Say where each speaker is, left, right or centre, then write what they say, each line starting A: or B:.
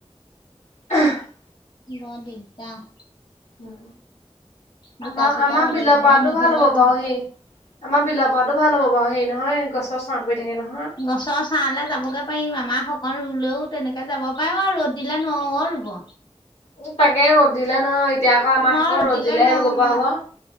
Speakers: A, on the left; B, on the left.
A: <unintelligible>
B: বৰ দিগদাহ।
A: উম,
B: বোকা
A: আমা
B: চোকা
A: -আমাৰ
B: উদলিবলৈ
A: বিলৰ পাৰটো
B: নহ'লে
A: ভাল হ'ব
B: তেনে
A: বাৰু সেই। আমাৰ বিলৰ পাৰতো ভাল হ'ব বাৰু হেৰি নহয় গছৰ ছাঁ পৰি থাকে নহয়।
B: গছৰ ছাঁলে যাবগে পাৰিম আমাৰ সকণ ৰুলেও তেনেকে যাব পাৰিম আৰু ৰ'দ দিলে নোৱাৰোঁ অ, ৰুব।
A: উম, তাকে ৰ'দ দিলে ন এতিয়া আকৌ আমাক
B: মই
A: শেষ ৰ'দ
B: দিলে
A: দিলেহে
B: নোৱাৰোঁ
A: ৰুব পৰা
B: মই
A: হ'ব।